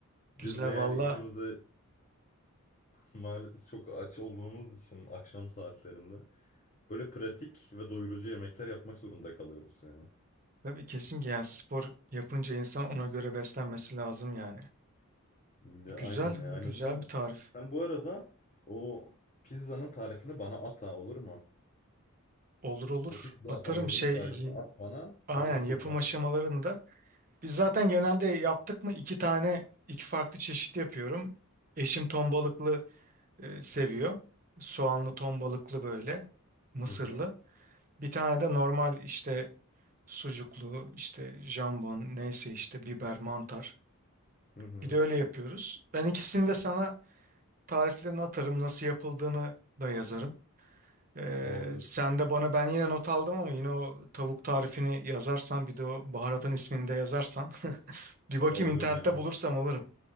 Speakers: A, on the left; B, on the right.
A: Günde
B: Güzel
A: yani
B: valla.
A: ikimiz de Maalesef çok aç olduğumuz için akşam saatlerinde böyle pratik ve doyurucu yemekler yapmak zorunda kalıyoruz yani.
B: Tabii kesin ki yani spor yapınca insan ona göre beslenmesi lazım yani.
A: Ya
B: Güzel,
A: aynen ya aynen.
B: güzel
A: Sen,
B: bir tarif.
A: sen bu arada o pizzanın tarifini bana at ha olur mu?
B: Olur olur.
A: O pizza
B: Atarım
A: hamurunun
B: şey,
A: tarifini at bana.
B: aynen
A: Ben onu çok
B: yapım
A: merak
B: aşamalarında. Biz zaten genelde yaptık mı iki tane, iki farklı çeşit yapıyorum. Eşim ton balıklı e, seviyor. Soğanlı ton balıklı böyle, mısırlı.
A: ediyorum.
B: Bir tane de normal işte sucuklu, işte jambon, neyse işte biber, mantar.
A: Hı hı. Hı
B: Bir
A: hı.
B: de öyle yapıyoruz. Ben ikisini de sana tariflerini atarım, nasıl yapıldığını da yazarım. Ee,
A: Olur.
B: sen de bana ben yine not aldım ama yine o tavuk tarifini yazarsan bir de o baharatın ismini de yazarsan. <laughs> Bir bakayım
A: Olur
B: internette
A: ya.
B: bulursam alırım.